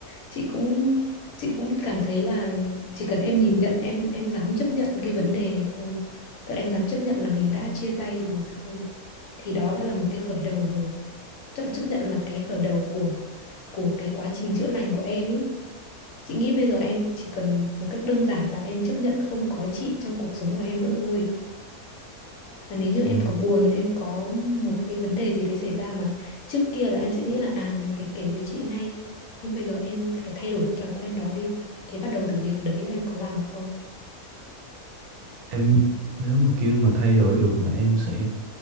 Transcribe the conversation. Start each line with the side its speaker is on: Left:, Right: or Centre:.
Left: chị cũng chị cũng cảm thấy là chỉ cần em nhìn nhận em em dám chấp nhận cái vấn đề này thôi tức là em dám chấp nhận là mình đã chia tay rồi thôi thì đó đã là một cái khởi đầu rồi tức là chấp nhận là cái khởi đầu của của cái quá trình chữa lành của em ý Chị nghĩ bây giờ em chỉ cần một cách đơn giản là em chấp nhận không có chị trong cuộc sống của em nữa thôi. Là nếu như
Right: Ừ.
Left: em có buồn, em có một cái vấn đề gì đấy xảy ra mà trước kia là em sẽ nghĩ là à mình phải kể với chị ngay. Nhưng bây giờ em phải thay đổi cái thói quen đó đi. Thì bắt đầu từ việc đấy em có làm được không?
Right: em nếu mà kêu mà thay đổi được là em sẽ